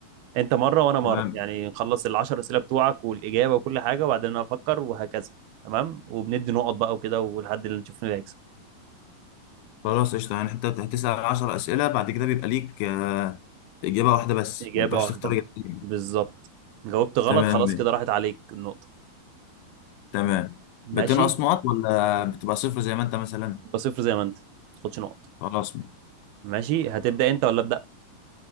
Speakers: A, on the right; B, on the left.
A: انت مره وانا مره
B: تمام
A: يعني نخلص العشر اسئله بتوعك والاجابه وكل حاجه وبعدين انا افكر وهكذا تمام وبندي نقط بقى وكده ولحد اللي نشوف مين اللي هيكسب
B: خلاص قشطة يعني انت هتسأل 10 أسئلة بعد كده بيبقى ليك آه، إجابة واحدة بس
A: اجابه
B: ما ينفعش
A: واحده
B: تختار إجابتين
A: بالظبط جاوبت غلط
B: تمام
A: خلاص كده راحت عليك النقطه
B: تمام
A: ماشي
B: بتنقص نقط ولا بتبقى صفر زي ما انت مثلا
A: يبقى صفر زي ما انت ما تاخدش نقط
B: خلاص ماشي.
A: ماشي هتبدا انت ولا ابدا